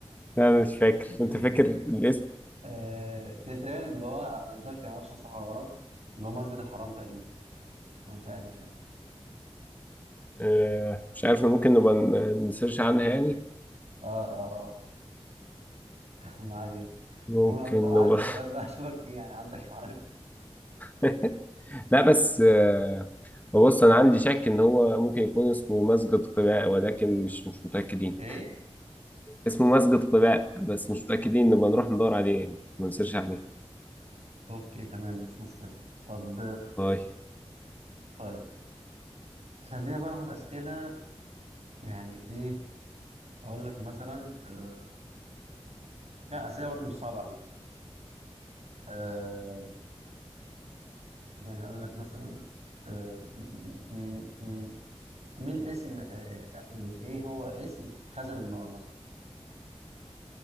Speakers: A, on the left (about 15°); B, on the right (about 85°).
A: لا انا مش فاكر
B: <laughs>
A: انت فاكر الاسم
B: آه، كده تاني اللي هو أنا مش فاكر ما اعرفش صح ولا غلط اللي هو مسجد الحرام تقريبا أنا مش عارف يعني
A: آه مش عارف ممكن نبقى ن- نسيرش عنها يعني
B: اه اه اه ما علينا
A: ممكن
B: هو انا قلت اوقعك
A: نبقى
B: في السؤال بقى <laughs> اشوفك ايه يعني عندك معرفه
A: <laughs> لا بس آه هو بص انا عندي شك ان هو ممكن يكون اسمه مسجد قباء ولكن مش مش متاكدين
B: ايه
A: اسمه مسجد قباء بس مش متاكدين نبقى نروح ندور عليه يعني ما نسيرش عليه
B: اوكي تمام مفيش مشكله طب
A: طيب
B: طيب خلينا بقى ناخد اسئله يعني ايه اقول لك مثلا آه... لا اسئله برضو مش صعبه قوي آه... يعني اقول لك مثلا آه... م- م- م- م- مين اسم آه... يعني ايه هو اسم خزن النار مثلا